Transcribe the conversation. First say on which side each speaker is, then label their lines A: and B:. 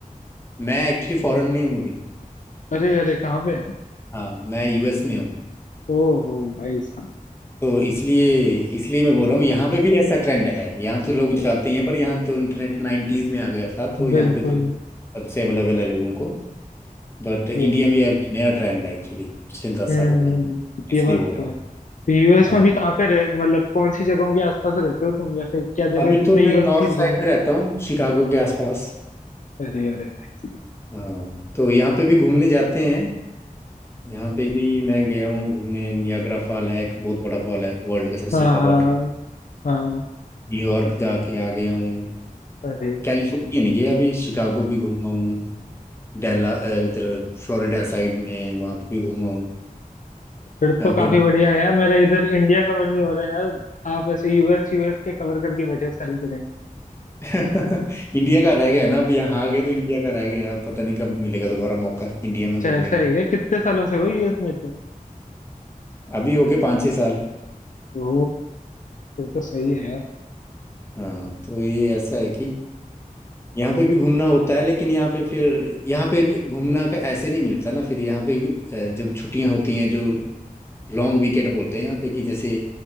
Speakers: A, on the left (about 15°); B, on the left (about 60°).
A: मैं एक्चुअली फॉरेन में ही हूँ अभी
B: अरे अरे कहाँ पे
A: हाँ मैं यूएस में हूँ
B: ओहो भाई साहब
A: तो इसलिए इसलिए मैं बोल रहा हूँ यहाँ पे भी ऐसा ट्रेंड है यहाँ तो लोग जाते ही हैं पर यहाँ तो इंटरनेट नाइन्टीज में आ गया था तो यहाँ
B: बिल्कुल
A: पे तो लोग सबसे अवेलेबल है लोगों को बट इंडिया
B: ये
A: में अभी नया ट्रेंड है एक्चुअली पिछले दस
B: हम्म
A: सालों में इसलिए
B: ये बात
A: बोल
B: तो
A: रहा
B: है तो यूएस
A: हूँ हाँ
B: में भी कहाँ पे रह मतलब कौन सी जगहों के आसपास रहते हो तुम या फिर क्या जगह
A: अभी
B: तुमने
A: तो मैं
B: यूएस
A: नॉर्थ
B: की
A: साइड
B: घूमी है
A: में रहता हूँ शिकागो के आसपास
B: अरे अरे भाई साहब।
A: हाँ तो यहाँ पे भी घूमने जाते हैं यहाँ पे भी मैं गया हूँ घूमने नियाग्रा फॉल है एक बहुत बड़ा फॉल है वर्ल्ड का सबसे
B: हाँ
A: बड़ा
B: हाँ
A: वाटर
B: हाँ
A: न्यूयॉर्क जाके आ गया हूँ
B: अरे यार
A: कैलिफोर्निया नहीं गया अभी शिकागो भी घूमा हूँ डेला अ, इधर फ्लोरिडा साइड में वहाँ पे भी घूमा हूँ
B: फिर तो
A: जहाँ
B: काफी
A: पे
B: बढ़िया है यार मेरा इधर इंडिया कवर नहीं हो रहा है यार आप ऐसे यूएस यूएस के कवर करके बैठे हो सारी जगह
A: <laughs> इंडिया का रह गया ना अब यहाँ आ गए तो इंडिया का रह गया अब पता नहीं कब मिलेगा दोबारा मौका इंडिया में
B: अच्छा
A: घूमने
B: ऐसा
A: का
B: है क्या? कितने सालों से हो यूएस में से
A: अभी हो गए पाँच छः साल
B: ओ फिर तो सही है यार
A: हाँ तो ये ऐसा है कि यहाँ पे भी घूमना होता है लेकिन यहाँ पे फिर यहाँ पे भी घूमना का ऐसे नहीं मिलता ना फिर यहाँ पे अ, जब छुट्टियाँ होती हैं जो लॉन्ग वीकेंड बोलते हैं यहाँ पे कि जैसे